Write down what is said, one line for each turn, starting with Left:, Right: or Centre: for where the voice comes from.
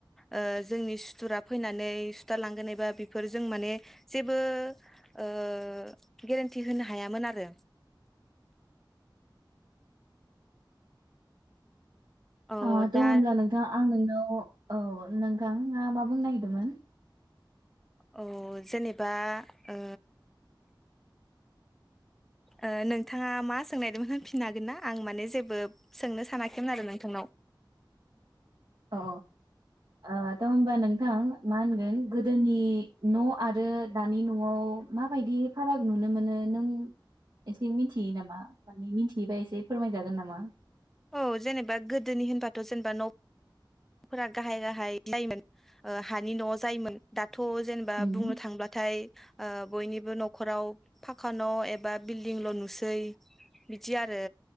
Centre: ओ जोंनि सुथुरा फैनानै सुथारलांगोन एबा बा बेफोर जों माने जेबो ओ गेरेन्टि होनो हायामोन आरो औ
Right: आ द'
Centre: दा
Right: होनब्ला नोंथा आं नोंनाव औ नोंथाङा मा बुंनो नागिरदोंमोन?
Centre: अ जेनेबा ओ ओ नोंथाङा मा सोंनायादोंमोन होनफिनो हागोन ना आं माने जेबो सोंनो सानाखैमोन आरो नोंथांनाव।
Right: अ ओ थ' होमबा नोंथां मा होनगोन गोदोनि न' आरो दानि न'आव माबायदि फाराग नुनो मोनो नों एसे मिथियो नामा? माने मिथियैबा एसे फोरमायजागोन नामा?
Centre: औ जेनेबा गोदोनि होनबाथ' जेनेबा न' फोरा गाहाय गाहाय जायोमोन ओ हानि न' <inaudible> आव जायोमोन दा थ' जेनेबा
Right: उम
Centre: बुंनो थांब्लाथाय ओ बयनिबो न'खराव फाखा न' एबा बिल्डिंल' नुसै बिदि आरो